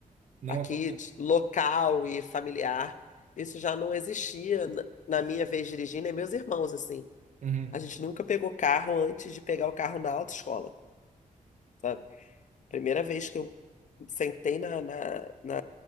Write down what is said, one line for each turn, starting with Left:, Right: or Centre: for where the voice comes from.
Right: Não
Left: aqui,
Right: aconteceu.
Left: de- local e familiar, isso já não existia na na minha vez dirigindo, e meus irmãos, assim.
Right: Uhum.
Left: A gente nunca pegou carro antes de pegar o carro na autoescola, sabe? Primeira vez que eu sentei na, na, na